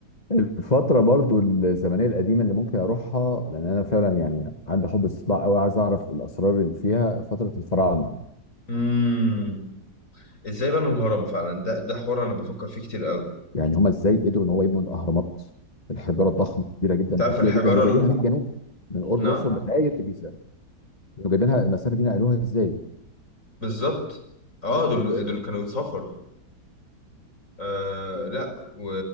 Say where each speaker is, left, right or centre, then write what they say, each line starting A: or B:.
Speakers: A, on the left; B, on the left.
A: الفترة برضو الزمنية القديمة اللي ممكن أروحها لأن أنا فعلا يعني عندي حب استطلاع أوي عايز أعرف الأسرار اللي فيها فترة الفراعنة
B: امم ازاي بنوا الهرم فعلا ده ده حوار انا بفكر فيه كتير قوي
A: يعني هما ازاي قدروا ان هو يبنوا الاهرامات الحجاره الضخمه الكبيره جدا
B: انت
A: الكتيره
B: عارف الحجاره
A: جدا اللي جايبينها
B: ال...
A: من الجنوب من قرب
B: نعم
A: الاقصر لغايه الجيزه كانوا جايبينها المسافه دي نقلوها ازاي
B: بالظبط اه دول دول كانوا سفر آه لا و...